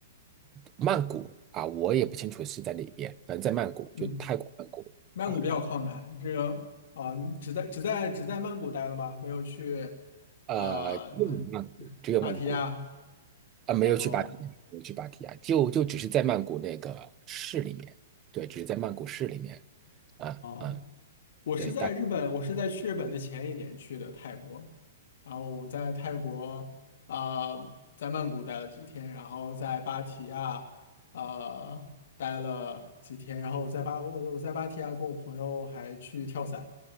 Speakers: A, on the right; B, on the left.
A: 曼谷啊、我也不清楚是在哪边，反正在曼谷，
B: 嗯，
A: 就泰国曼谷啊、
B: 曼谷比较靠南，
A: 然后
B: 这个啊，你只在只在只在曼谷待了吗？没有去，
A: 呃，
B: 呃，
A: 只有曼谷，只有曼谷，
B: 芭提雅，
A: 啊，没有去芭提雅，
B: 然后
A: 没有去芭提雅，就就只是在曼谷那个市里面，对，只是在曼谷市里面，啊啊，
B: 哦，啊我是在日本，
A: 对，大
B: 我是在去日本的前一年去的泰国，然后我在泰国啊，呃在曼谷待了几天，然后在芭提雅呃待了几天，然后我在芭我我在芭提雅跟我朋友还去跳伞，